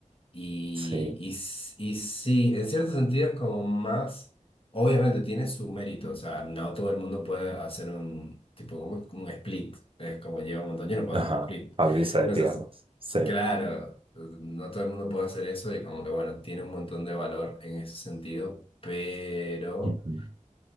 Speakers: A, on the left; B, on the right.
A: Y,
B: Sí,
A: y, s- y sí, en cierto sentido es como más, obviamente tiene su mérito, o sea, no todo el mundo puede hacer un tipo como, como un split, es como lleva un montón, yo no puedo
B: ajá,
A: hacer un split.
B: abrirse de
A: No
B: piernas,
A: sé, si
B: sí.
A: Claro, pues, no todo el mundo puede hacer eso y como que bueno, tiene un montón de valor en ese sentido, pero
B: Ujú,